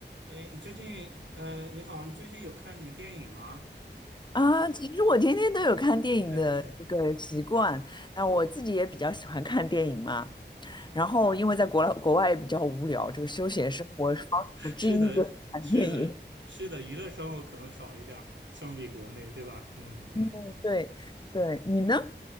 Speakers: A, on the right; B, on the left.
A: 哎，你最近，呃，你好，你最近有看什么电影吗？
B: 啊，其实我天天都有看电影的这个习惯，
A: 嗯，
B: 那我自己也比较喜欢看电影嘛。然后因为在国外国外也比较无聊，这个休闲生活方式之一就是看电影。
A: 是的，是的，是的，娱乐生活可能少一点儿，相比国内，对吧？嗯嗯
B: 嗯，<laughs> 对对，你呢？